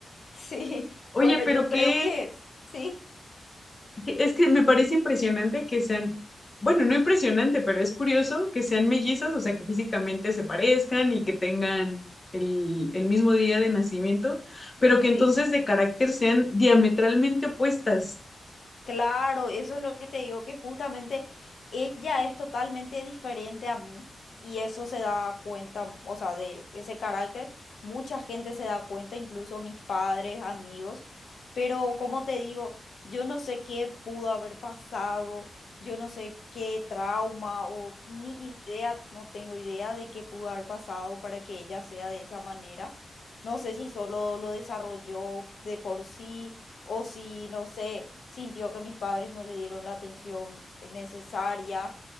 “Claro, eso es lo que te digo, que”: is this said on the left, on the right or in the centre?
Left